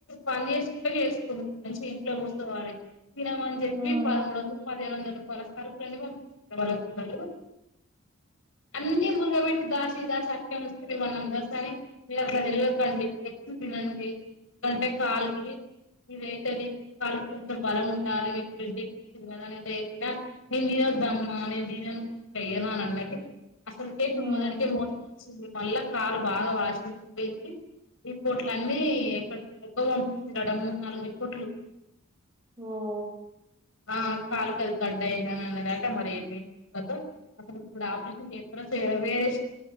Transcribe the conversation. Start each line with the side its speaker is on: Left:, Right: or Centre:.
Left: పని చేసుకుంటే చేసుకుంది మంచిగ ఇంట్లో కూసోవాలె తినమని చెప్పి
Right: హ్మ్.
Left: పదమూడు వందలు పదిహేను వందల రూపాయల అన్ని సరుకులు పంపిస్తరు వాళ్ళ పిల్లలు అన్ని మురగ పెట్టి దాసీ దాసీ అట్నే ఉంచుతాది <unintelligible> మీరు అట్ల తిరగకండి ఎక్కువ తినండి మీకంటే కాళ్ళకి మీద అయితేది కాళ్ళ కొంచం బలం ఉండాలి మీ బేంటి తిన్నదన్నే దేక్ త నేను తినొద్దు అమ్మ నేను తినను చెయ్యను అనన్నది అసలుకే ఇప్పుడు
Right: హ్మ్.
Left: మొదటికే మోసం వచ్చింది మళ్ళా కాలు బాగా వాసి పోయింది రిపోట్లు అన్నీ ఎక్కడ ఎక్కుడకో పంపించిండట మూడు నాలుగు రిపోట్లు
Right: వో
Left: ఆ కాలు కది గడ్డ అయింద అన్నారట మరి ఏమంది ఇంతకు అసలు ఇప్పుడు ఆపరేషన్ చేస్తారా చేయరా వేస్ట్